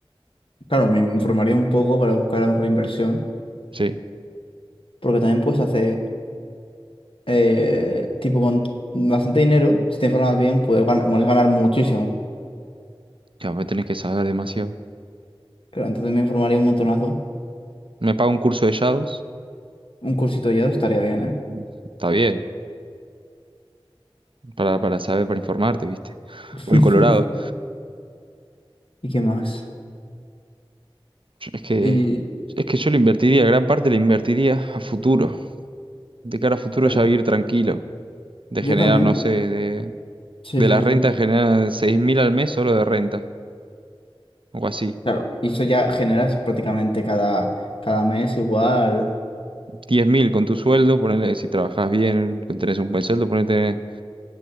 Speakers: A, on the left; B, on the right.
A: claro, me informaría un poco para buscar la mejor inversión,
B: Sí,
A: porque también puedes hacer eh, tipo con bastante dinero, si te informas bien, puedes ganar, puedes ganar muchísimo.
B: claro, tenés que saber demasiado.
A: Claro, entonces me informaría un montonazo.
B: Me pago un curso de yados.
A: Un cursito ya estaría bien, ¿eh?
B: mm, Está bien. para, para saber, para informarte, ¿viste?
A: <laughs>
B: O el Colorado.
A: ¿Y qué más?
B: Es que,
A: Y
B: es que yo lo invertiría, gran parte la invertiría a futuro. De cara a futuro
A: claro,
B: ya vivir tranquilo. De
A: yo
B: generar,
A: también,
B: no sé, de,
A: sí,
B: de
A: sí,
B: las
A: sí.
B: rentas generar seis mil al mes solo de renta. O así.
A: Claro, y eso ya generas prácticamente cada, cada mes igual.
B: diez mil con tu sueldo, ponele, si trabajas bien, tenés un buen sueldo, ponete